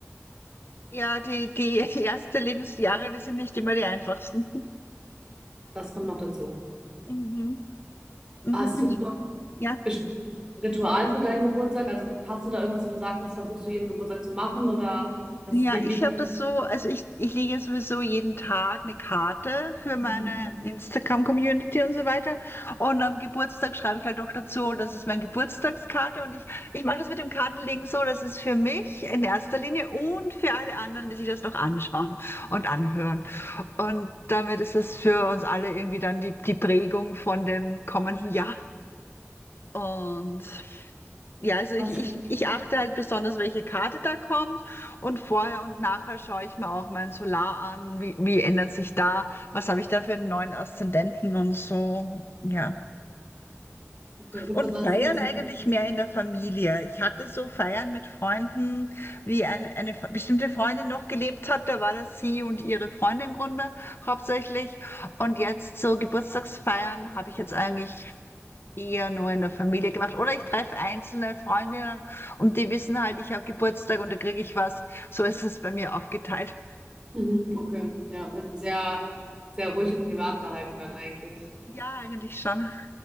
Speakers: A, on the left (about 50°); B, on the right (about 15°).
A: ja, die, die ersten Lebensjahre, die sind nicht immer die einfachsten.
B: Das kommt noch dazu.
A: Mhm. Mhm.
B: Hast du
A: Ja.
B: ein Ritual für deinen Geburtstag? Also hast du da irgendwas, wo du sagst, das versuchst du jeden Geburtstag zu machen oder das
A: Ja,
B: ist dir
A: ich
B: wichtig?
A: habe das so, also ich, ich lege ja sowieso jeden Tag eine Karte für meine
B: Mhm.
A: Instagram-Community und so weiter. Und am Geburtstag schreibe ich halt noch dazu, das ist meine Geburtstagskarte. Und ich, ich mache das mit dem Kartenlegen so, das ist für mich in erster Linie und für alle anderen, die sich das noch anschauen und anhören. Und damit ist das für uns alle irgendwie dann die, die Prägung von dem kommenden Jahr. Und ja, also ich,
B: Hast
A: ich,
B: du, okay.
A: ich achte halt besonders, welche Karte da kommt. Und vorher und nachher schaue ich mir auch mein Solar an. Wie, wie ändert sich da? Was habe ich da für einen neuen Aszendenten und so? Ja.
B: Gibt es
A: Und
B: ansonsten?
A: feiern eigentlich mehr in der Familie. Ich hatte so Feiern mit Freunden, wie eine, eine f- bestimmte Freundin noch gelebt hat. Da war das sie und ihre Freundin im Grunde hauptsächlich. Und jetzt so Geburtstagsfeiern habe ich jetzt eigentlich eher nur in der Familie gemacht. Oder ich treffe einzelne Freundinnen und die wissen halt, ich habe Geburtstag und da kriege ich was. So ist es bei mir aufgeteilt.
B: Mhm. Okay, ja, also sehr, sehr ruhig und privat gehalten dann eigentlich.
A: Ja, eigentlich schon.